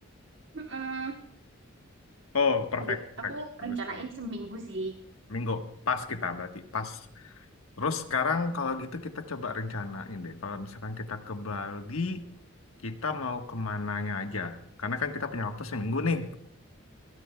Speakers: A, on the right; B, on the left.
A: Mm-mm.
B: Oh, perfect,
A: Udah, aku
B: perfect. Bagus,
A: rencanain
B: bagus.
A: seminggu sih.
B: Minggu pas kita berarti pas. Terus sekarang kalau gitu kita coba rencanain deh. Kalau misalkan kita ke Bali, kita mau kemananya aja. Karena kan kita punya waktu seminggu nih.